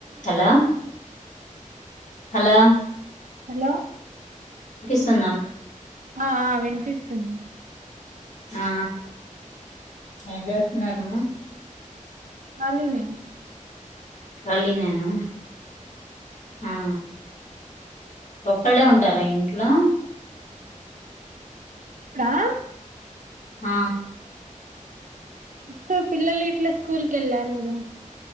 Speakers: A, on the left (about 60°); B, on the right (about 75°).
A: Hello hello
B: hello
A: సన్నాం
B: ఆ వినిపిస్తుంది
A: ఆ ఏం చేస్తున్నారు
B: కాలినె
A: కాళినేనా ఆ ఒక్కళ్ళే ఉంటారా ఇంట్లో
B: అప్పుడ
A: ఆ
B: ఇప్పుడు పిల్లలు ఇట్లా స్కూల్కెళ్ళారు కదా